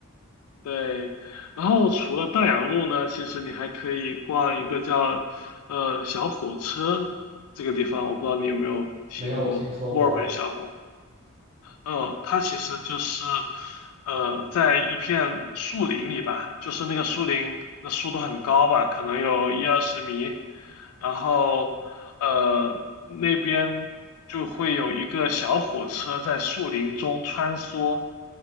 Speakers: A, on the left; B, on the right.
A: 对，然后除了大洋路呢，其实你还可以逛一个叫呃小火车这个地方，我不知道你有没有听过墨尔本小火
B: 没有听说过哎。
A: 嗯，它其实就是，呃，在一片树林里吧，就是那个树林的树都很高嘛，可能有一二十米，然后，呃，那边就会有一个小火车在树林中穿梭，